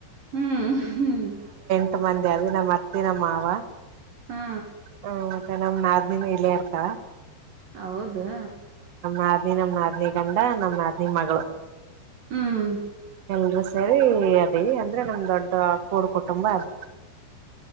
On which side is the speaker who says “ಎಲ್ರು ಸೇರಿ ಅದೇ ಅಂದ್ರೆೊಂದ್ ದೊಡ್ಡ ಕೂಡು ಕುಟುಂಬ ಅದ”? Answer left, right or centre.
Right